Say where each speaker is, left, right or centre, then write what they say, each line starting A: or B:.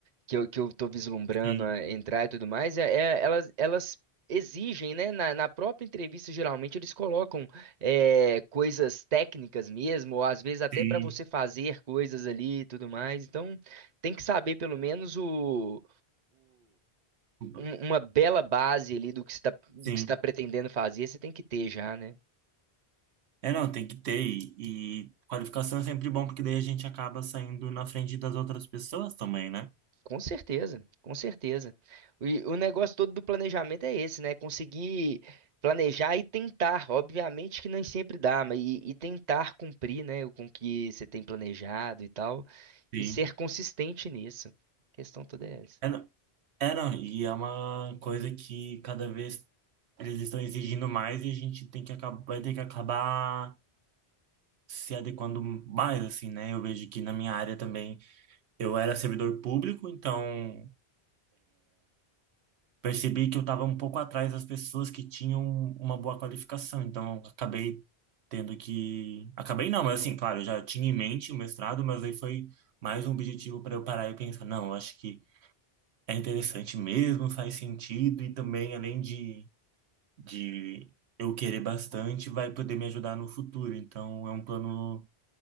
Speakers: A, on the right; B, on the right.
A: que eu, que eu tô vislumbrando
B: Sim,
A: a entrar e tudo mais, é, é- elas, elas exigem, né? Na, na própria entrevista, geralmente, eles colocam é, coisas técnicas mesmo, ou às vezes até
B: sim,
A: para você fazer coisas ali e tudo mais. Então, tem que saber pelo menos o
B: desculpa.
A: um- uma bela base ali do que você está do
B: Sim.
A: que você tá pretendendo fazer, você tem que ter já, né?
B: É, não, tem que ter. E, e qualificação é sempre bom, porque daí a gente acaba saindo na frente das outras pessoas também, né?
A: Com certeza, com certeza. E o negócio todo do planejamento é esse, né? Conseguir planejar e tentar. Obviamente que nem sempre dá, mas e, e tentar cumprir, né, com o que você tem planejado e tal, e
B: Sim.
A: ser consistente nisso. A questão toda é essa.
B: É, não, é, não, e é uma coisa que cada vez eles estão exigindo mais e a gente tem que acabar, vai ter que acabar se adequando mais, assim, né? Eu vejo que na minha área também eu era servidor público, então. percebi que eu estava um pouco atrás das pessoas que tinham uma boa qualificação, então eu acabei tendo que. Acabei não, mas assim, claro, eu já tinha em mente o mestrado, mas aí foi mais um objetivo para eu parar e pensar, não, eu acho que é interessante mesmo, faz sentido, e também, além de, de eu querer bastante, vai poder me ajudar no futuro. Então é um plano.